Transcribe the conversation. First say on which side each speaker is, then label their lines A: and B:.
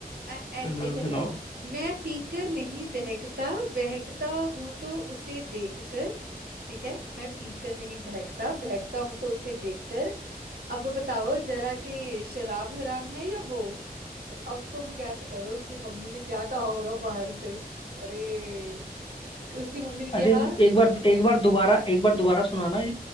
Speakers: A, on the right (about 80°); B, on the left (about 35°).
A: ऐ- ऐस
B: सुनाओ
A: एक कहते
B: सुनाओ
A: हैं मैं पीकर नहीं बहकता बहकता हूं तो उसे देखकर ठीक है मैं पीकर नहीं बहकता बहकता हूं तो उसे देखकर अब बताओ जरा कि शराब हराम है या वो अब तुम गैस करो उसकी मम्मी ने क्या कहा होगा बाहर से अरे उसकी मम्मी ने
B: अरे
A: कहा
B: एक बार एक बार दोबारा एक बार दोबारा सुनाना